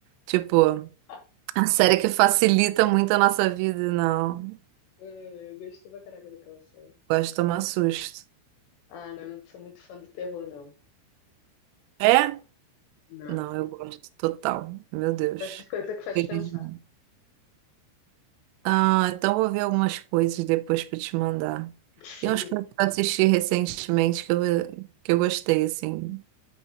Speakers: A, on the right; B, on the left.
A: Tipo,
B: Ah,
A: a série que facilita muito a nossa vida, não.
B: Eu gosto pra caraca daquela série.
A: Gosto de tomar susto.
B: Ah, não, não sou muito fã do terror, não.
A: É?
B: Não.
A: Não, eu gosto total. Meu Deus.
B: Gosto de coisa que faz
A: Feliz.
B: pensar.
A: Ah, então vou ver algumas coisas depois para te mandar.
B: <laughs>
A: Tem uns que eu assisti recentemente que eu, que eu gostei, assim.